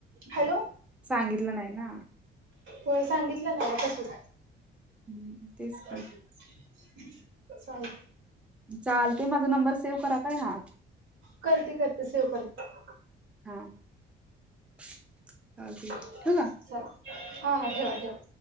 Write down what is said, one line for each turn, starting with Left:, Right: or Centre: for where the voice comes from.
Right: हॅलो
Centre: सांगितलं नाही ना
Right: होय सांगितलेलं हाय तसंच
Centre: हम्म, तेच की
Right: <inaudible> चालतं
Centre: चालतंय माझा नंबर सेव करा काय हा
Right: करते करते सेव्ह करते
Centre: हा चालते
Right: हा
Centre: ठेवू का
Right: हा ठेवा ठेवा